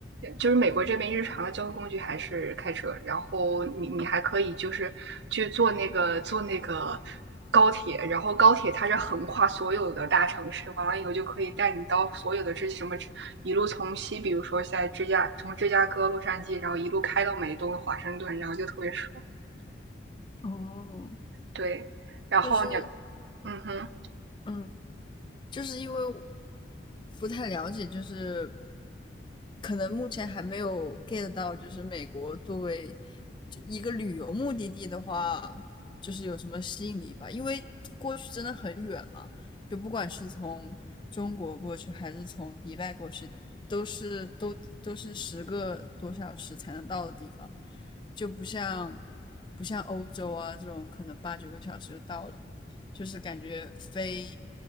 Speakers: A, on the right; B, on the left.
A: 就是美国这边日常的交通工具还是开车，然后你你还可以就是去坐那个坐那个高铁，然后高铁它是横跨所有的大城市，完了以后就可以带你到所有的这什么一路从西，比如说在芝加从芝加哥、洛杉矶，然后一路开到美东的华盛顿，然后就特别爽。
B: 哦，
A: 对，然后你，
B: 就是
A: 嗯哼，
B: 嗯，就是因为不太了解，就是可能目前还没有 get 到，就是美国作为一个旅游目的地的话，就是有什么吸引力吧？因为过去真的很远嘛，就不管是从中国过去还是从迪拜过去，都是都都是十个多小时才能到的地方，就不像不像欧洲啊这种可能八九个小时就到了，就是感觉飞